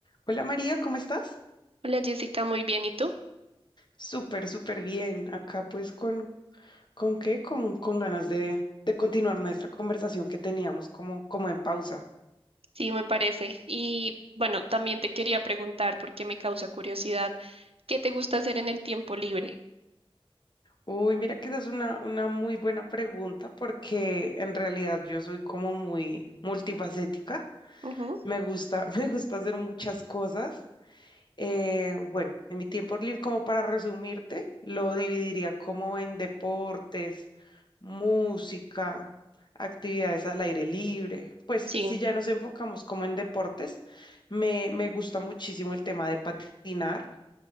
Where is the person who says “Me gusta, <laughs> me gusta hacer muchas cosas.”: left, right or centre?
Left